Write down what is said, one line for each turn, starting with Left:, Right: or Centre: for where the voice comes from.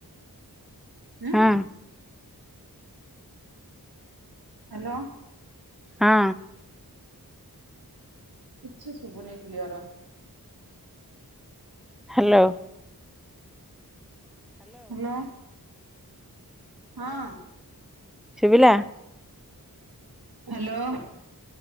Right: ଉ
Centre: ହଁ
Right: ହ୍ୟାଲୋ
Centre: ହାଁ
Right: କିଛି ଶୁବୁନି କ୍ଲ୍କିଲିଅର
Centre: ହ୍ୟାଲୋ
Right: ହ୍ୟାଲୋ ହଁ
Centre: ଶୁବିଲା
Right: ହ୍ୟାଲୋ